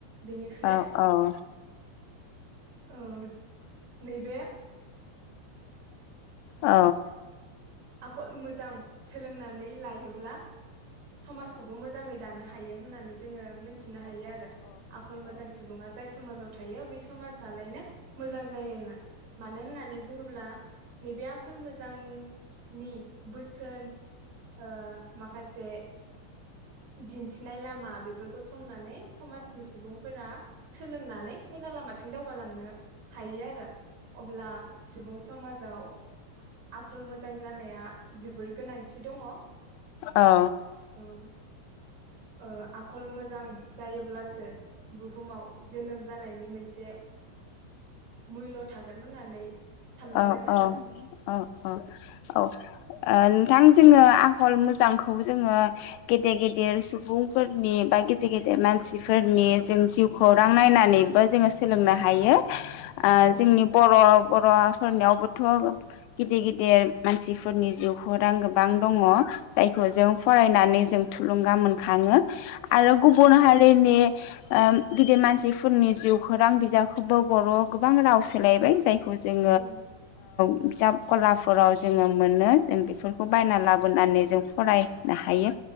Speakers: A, on the right (about 80°); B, on the left (about 85°).
A: बेनिफ्राय
B: औ औ
A: औ नैबे <inaudible>
B: <inaudible> औ
A: आखल मोजां सोलोंना नै लायोब्ला समाजखौबो मोजाङै दानो हा थायो होननानै जोङो मिनथिनो हायो आरो आखल मोजां सुबुङा जाय समाजाव थायो बै समाजालायनो मोजां जायो होना मानो होननानै बुङोब्ला नैबे आखल मोजां नि बोसोन ओ माखासे दिन्थिनाय लामा बेफोर गसंनानै समाजनि सुबुंफोरा सोलोंनानै मोजां लामाथिं दावगालांनो हायो आरो। अब्ला सुबुं समाजाव आखल मोजां जानाया जोबोर गोनांथि दङ।
B: औ।
A: ओं ओ आखल मोजां जायोब्लासो बुहुमाव जोनोम जानायनि मोनसे मुल्य' थागोन होननानै साननांगोन
B: औ
A: आरो
B: औ औ अ औ आ। थां जोङो आखल मोजांखौ जोङो गेदेर गेदेर सुबुंफोरनि बा गेदेर गेदेर मानसिफोरनि जों जिउखौरां नायनानैबो जोङो सोलोंनो हायो। ओ
A: औ
B: जोंनि बर' बर' फरायनायावबोथ' गिदिर गिदिर मानसिफोरनि जिउखौ रां गोबां दङ जायखौ जों फरायनानै जों थुलुंगा मोनखाङो। आरो गुबुन
A: औ
B: हारिनि ओ गिदिर मानसिफोरनि जिउखौ रां बिजाबखौबो बर'आव गोबां राव सोलायबाय जायखौ जों
A: औ
B: बिजाब गलाफोराव जोङो मोनो जों बेफोरखौ बायना लाबोनानै जों फरायनो हायो